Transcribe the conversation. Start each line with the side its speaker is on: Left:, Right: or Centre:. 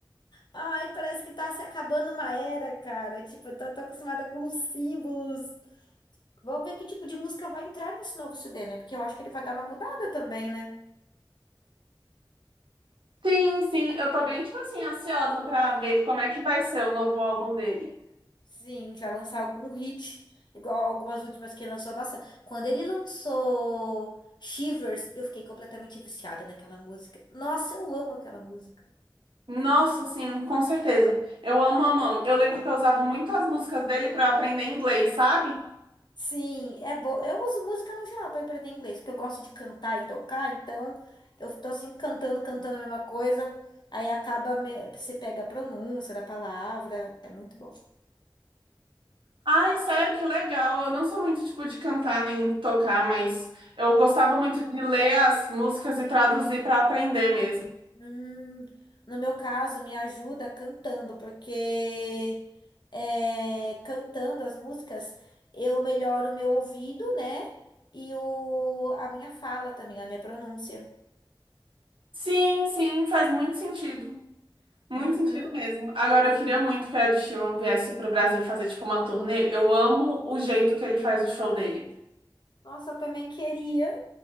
Left: Ai, parece que tá se acabando uma era, cara. Tipo, eu tô, tô acostumada com os símbolos. Vamos ver que tipo de música vai entrar nesse novo CD, né? Porque eu acho que ele vai dar uma mudada também, né?
Right: Sim, sim, eu tô bem, tipo assim, ansiosa pra ver como é que vai ser o novo álbum dele.
Left: Sim, vai lançar algum hit, igual algumas últimas que ele lançou. Nossa, quando ele lançou Shivers, eu fiquei completamente viciada naquela música. Nossa, eu amo aquela música.
Right: Nossa, sim, com certeza. Eu amo, amo, amo. Eu lembro que eu usava muito as músicas dele pra eu aprender inglês, sabe?
Left: Sim, é bom. Eu uso música no geral para aprender inglês, porque eu gosto de cantar e tocar, então eu tô sempre cantando, cantando a mesma coisa. Aí acaba, me- você pega a pronúncia da palavra, é muito bom.
Right: Ai, sério, que legal. Eu não sou muito tipo de cantar nem tocar, mas eu gostava muito de ler as músicas e traduzir pra aprender mesmo.
Left: Hum, no meu caso, me ajuda cantando, porque é, cantando as músicas, eu melhoro o meu ouvido, né? E o, a minha fala também, a minha pronúncia.
Right: Sim, sim, faz muito sentido. Muito
Left: Uhum.
Right: sentido mesmo. Agora, eu queria muito que o Ed Sheeran viesse pro Brasil fazer, tipo, uma turnê. Eu amo o jeito que ele faz o show dele.
Left: Nossa, eu também queria.